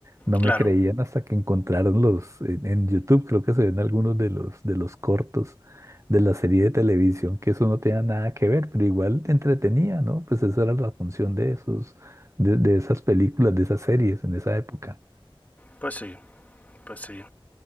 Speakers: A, on the right (about 30°); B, on the left (about 15°).
A: No
B: claro,
A: me creían hasta que encontraron los, en, en YouTube creo que se ven algunos de los, de los cortos de la serie de televisión, que eso no tenía nada que ver, pero igual te entretenía, ¿no? Pues esa era la función de esos, de de esas películas, de esas series en esa época.
B: pues sí, pues sí.